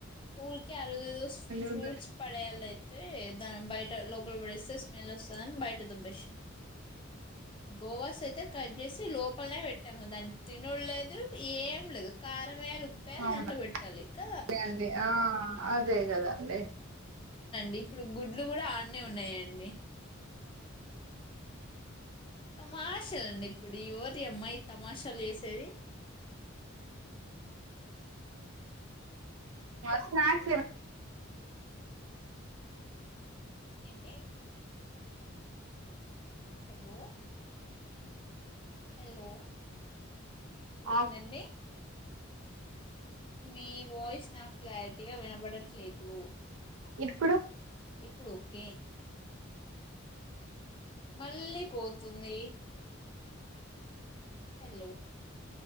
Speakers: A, on the left; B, on the right.
A: ఊలికే అల్ స్ ఫ్రూట్స్
B: మిమ్మల్ని
A: పడేయలైతే దన్ బయట లో గుబడిస్తే స్మెల్ వస్తాదని బయట దోబ్బేస్న గోవాస్ అయితే కట్ చేసి లోపలనే పెట్టాం దాన్ని తినుడ్లేదు ఏం లేదు కారం వేలు ముప్పయలు
B: అవునండి
A: దాంట్లో పెట్టాలి క
B: అండి ఆ అదే గదా అండి
A: డిప్పుడు గుడ్లు కూడా అన్నే ఉన్నాయండి. తమాషలండి ఇప్పుడు ఈ వోరి అమ్మాయి తమాషాలు చేసేది. బ్లాంక్
B: స్నాక్స్
A: ఎంటి హలో హలో ఏందండి
B: ఆక్
A: మీ వాయిస్ నాక్ క్లారిటీగా వినబడట్లేదూ.
B: ఇప్పుడు
A: ఇపుడోకే మళ్ళీ పోతుంది హేల్లో